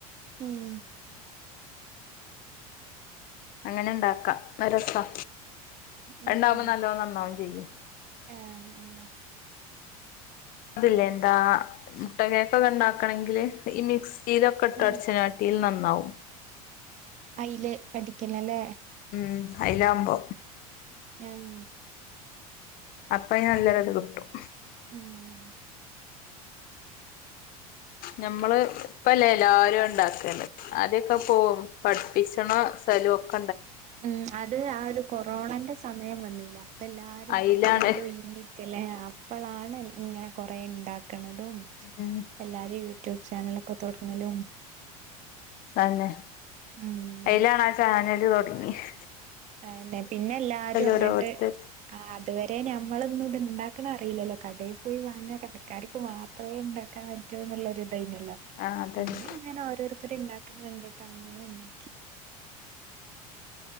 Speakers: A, on the right; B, on the left.
A: ഉം
B: അങ്ങനെ ഉണ്ടാക്കാം അത് രസവാ
A: ഉം
B: അതൊണ്ടാവുമ്പോ നല്ലോണം നന്നാവും ചെയ്യും
A: ആഹ് അങ്ങനെ
B: അതില്ലേ എന്താ മുട്ട കേക്കൊക്കെ ഉണ്ടാക്കണങ്കില് ഈ മിക്സ് തീയിലൊക്കെ ഇട്ട്
A: ആഹ്
B: <unintelligible> നന്നാവും
A: അയില് അടിക്കണല്ലേ
B: ഉം അയിലാവുമ്പോ
A: ആഹ്
B: അപ്പ നല്ലൊരു ഇത് കിട്ടും
A: ഉം
B: നമ്മള് ഇപ്പല്ലെ എല്ലാവരും ഉണ്ടാക്കല് ആദ്യൊക്കെ പോകും പഠിപ്പിച്ചണ സ്ഥലവൊക്കെ
A: ഉം അത് ആ ഒരു കൊറോണന്റെ സമയം വന്നില്ലേ അപ്പൊ എല്ലാരും
B: അയിലാണ്
A: ഇങ്ങനെ പെരയില് വെയിഞ്ഞിരിക്കല്ലേ അപ്പളാണ് ഇങ്ങനെ കൊറേ ഉണ്ടാക്കണതും
B: ഉം
A: എല്ലാരും യൂട്യൂബ് ചാനല് ഒക്കെ തുടങ്ങലും
B: തന്നെ
A: ഉം
B: അതിലാണ് ആ ചാനല് തുടങ്ങിയത്
A: അത് തന്നെ പിന്നെ എല്ലാരും അങ്ങോട്ട്
B: ഓരോരുത്തർ
A: അതുവരെ ഞ മ്മളൊന്നും ഇത്ണ്ടാക്കണ അറിയില്ലല്ലോ കടയിൽ പോയി വാങ്ങാ കടക്കാർക്ക് മാത്രമേ ഉണ്ടാക്കാൻ പറ്റൂന്നുള്ളൊരു ത് ല്ലോ
B: ആ അതന്നെ
A: പിന്നെ ഇങ്ങനെ ഓരോരുത്തർ ഇണ്ടാക്കുന്ന കണ്ട് ട്ടങ്ങനെ ണ്ടാക്കി